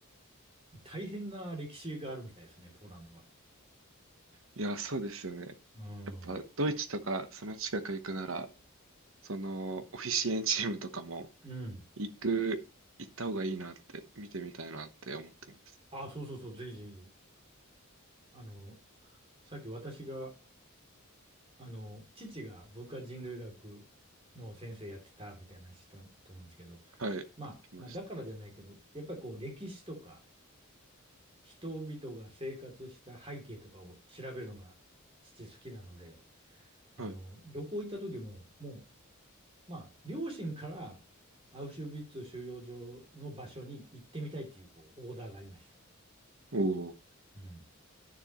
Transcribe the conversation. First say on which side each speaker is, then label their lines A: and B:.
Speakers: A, on the right (about 25°); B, on the right (about 65°).
A: う大変な歴史があるみたいですね、ポーランドは。
B: いや、そうですよね。
A: うん。
B: やっぱ、ドイツとか、その近く行くなら、その、オフィシエンチームとかも、
A: うん。
B: 行く、行った方がいいなって、見てみたいなって思ってます。
A: あ、そうそうそう、ぜひぜひ。あの、さっき私が、あの、父が文化人類学の先生やってたみたいな話したと思うんですけど、
B: はい、
A: まあ、
B: 来まし
A: まあ、だからじゃないけど、やっぱりこう、歴史とか、人々が生活した背景とかを調べるのが父好きなので、あの、
B: た。はい。
A: 旅行行った時も、もうまあ、両親からアウシュビッツ収容所の場所に行ってみたいっていう、こう、オーダーがありました。
B: おー。
A: うん。